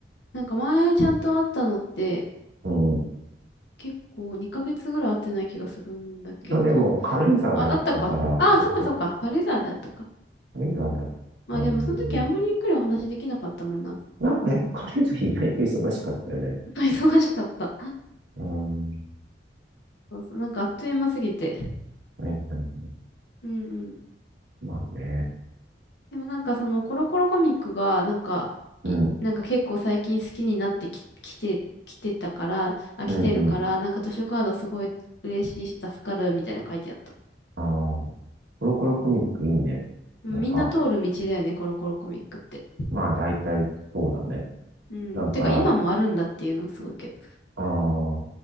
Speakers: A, on the left; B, on the right.
A: なんか前ちゃんと会ったのって
B: うん。
A: 結構2ヶ月ぐらい会ってない気がするんだけど。
B: でもでも、軽井沢であったから、
A: あ、あったか。ああ、
B: そうそう、
A: そっかそっか。軽井沢であったか。
B: 軽井沢であったんだよね。
A: まあでもその時あんまりゆっくりお話できなかったもんな。
B: なんかね、軽井沢意外と忙しかったよね。
A: <laughs> 忙しかった。
B: うん。
A: そうそう、なんかあっという間すぎて。
B: はいはいはい。
A: うんうん。
B: まあね。
A: でもなんかそのコロコロコミックが、なんか、
B: うん、
A: いなんか結構最近好きになってき、きて、きてたから、あ、
B: うん、
A: 来てるから、
B: うん。
A: なんか図書カードすごい嬉しいし助かるみたいな書いてあった。
B: ああ、コロコロコミックいいね。
A: うんみんな通る道だよね、
B: なんか、
A: コロコロコミックって。
B: まあ大体そうだね。
A: うん。
B: なんか、
A: てか今もあるんだっていうのがすごいけど。
B: ああ、